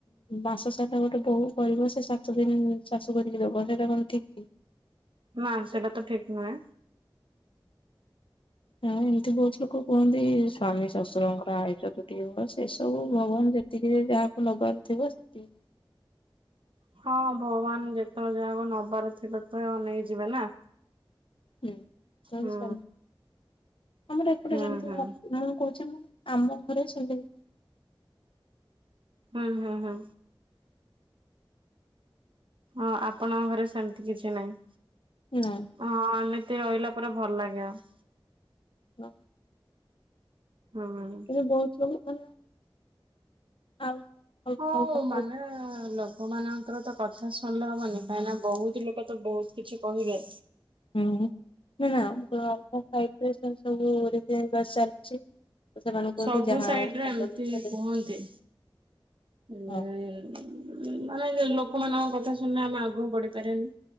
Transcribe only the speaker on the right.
ନା ସେଟା ତ ଠିକ୍ ନୁହେଁ।
ହଁ ଭଗବାନ ଯେତେବେଳେ ଜାଗାକୁ ନବାର ଥିବ ଅ ନେଇ ଯିବେ ନା।
ହୁଁ
ହୁଁ
ହୁଁ
ହୁଁ ହୁଁ ହୁଁ। ହଁ ଆପଣଙ୍କ ଘରେ ସେମତି କିଛି ନାଇ।
ହଁ ଏମିତି ରହିଲା ପରେ ଭଲ ଲାଗେ ଆଉ।
ଓହୋ।
ହଁ
ମାନେ ଲୋକ ମାନଙ୍କର ତ କଥା ଶୁଣିଲେ ହବନି କାହିଁକି ନା ବହୁତ ଲୋକ ତ ବହୁତ କିଛି କହିବେ।
ସବୁ
ସାଇଡରେ
ଏମିତି
କୁହନ୍ତି। ହୁଁ।
ମାନେ ଲୋକମାନଙ୍କ କଥା ଶୁଣିଲେ ଆମେ ଆଗକୁ ବଢିପାରନି।